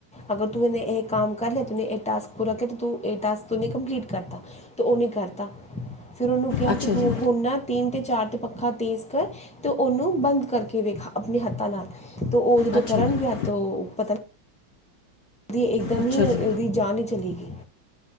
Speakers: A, in the centre; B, on the left.
A: ਅਗਰ ਤੂੰ ਏਨੇ ਇਹ ਕਾਮ ਕਰ ਲਿਆ ਤੁਨੇ ਏਹ ਟਾਸਕ ਪੂਰਾ ਕਰ ਤੂੰ ਏਹ ਟਾਸ ਤੁਨੀ ਕੰਪਲੀਟ ਕਰਤਾ ਤੇ ਓਨੇ ਕਰਤਾ ਫਿਰ ਓਨੂੰ ਕਿਆ
B: ਅੱਛਾ
A: ਕਿ ਤੂੰ
B: ਜੀ
A: ਹੁਨ ਨਾ ਤਿੰਨ ਤੇ ਚਾਰ ਤੇ ਪੱਖਾ ਤੇਜ਼ ਕਰ ਤੇ ਓਨੂੰ ਬੰਦ ਕਰਕੇ ਵਿਖਾ ਆਪਨੇ ਹੱਥਾਂ ਨਾਲ। ਤੋਂ ਓਦੇ ਤੋਂ
B: ਅੱਛਾ
A: ਕਰਨ
B: ਜੀ
A: ਗਿਆ ਤੋ ਪਤਾ ਤੇ ਇਕਦਮ
B: ਅੱਛਾ
A: ਹੀ
B: ਜੀ
A: ਅ ਓਦੀ ਜਾਨ ਈ ਚਲੀ ਗਈ।